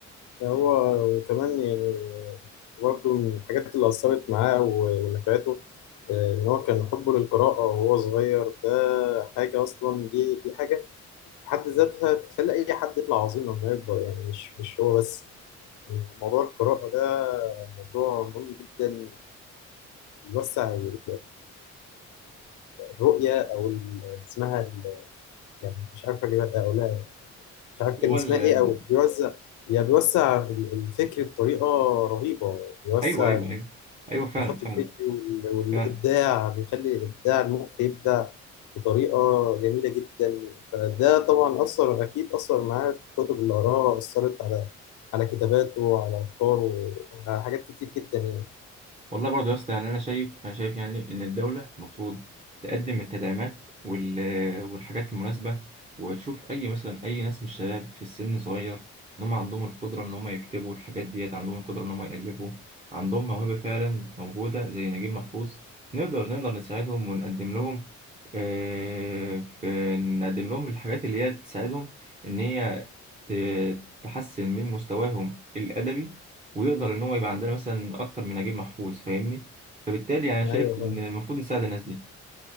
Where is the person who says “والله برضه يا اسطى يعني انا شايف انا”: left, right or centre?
Right